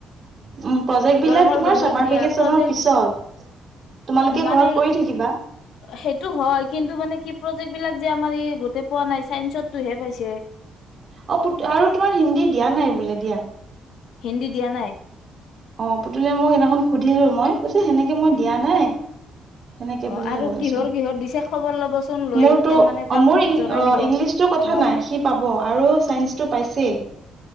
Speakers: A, on the right; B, on the left.
A: উম প্ৰজেক্ট বিলাক
B: গৰমৰ
A: তোমাৰ
B: বন্ধত
A: চামাৰ
B: দিয়া
A: ভেকেচনৰ
B: প্ৰজেক
A: পিছত তোমালোকে
B: মানে
A: ঘৰত কৰি থাকিবা
B: সেইটো হয়, কিন্তু মানে কি? প্ৰজেক্টবিলাক যে, আমাৰ এই গোটেই পোৱা নাই চাইসৰটোহে পাইছে।
A: অ আৰু তোমাৰ হিন্দী দিয়া নাই বোলে দিয়া।
B: হিন্দী দিয়া নাই?
A: অ', পুতুলিয়ে মোক সেইদিনাখন সুধিলোঁ মই কৈছে সেনেকে মই দিয়া নাই। সেনেকে
B: অ
A: বুলিহে
B: আৰু
A: ক'লেচোন।
B: কিহৰ কিহৰ দিছে খবৰ ল'বচোন লৈ
A: মোৰতো
B: মানে
A: অ',
B: তাক
A: মোৰ ই-অ',
B: জনাই দিব
A: ইংলিছটো ক থা
B: মোক
A: নাই সি পাব, আৰু চাইন্সটো পাইছেই।